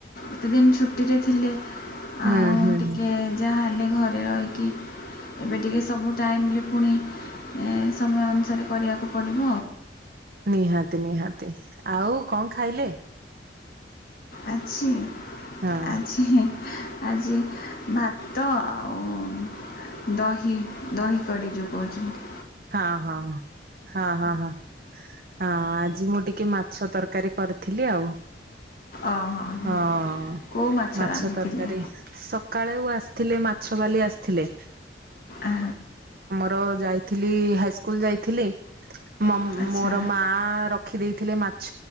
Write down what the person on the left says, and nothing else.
ଏତେ ଦିନ ଛୁଟିରେ ଥିଲେ। ଆଉ
ଟିକେ
ଯାହା ଖାଲି ଘରେ ରହିକି ଏବେ ଟିକେ ସବୁ ଟାଇମରେ ପୁଣି ସମୟ ଅନୁସାରେ କରିବାକୁ ପଡ଼ିବ।
ଆଜି
ଆଜିଁ ହେ ଆଜି ଭାତ ଆଉ ଦହି ଦହି କଡି ଯ କହଚନ୍ତି।
ଓହୋ
କେଉଁ
ରାନ୍ଧିଥିଲେ
ଆ।
ଆଚ୍ଛା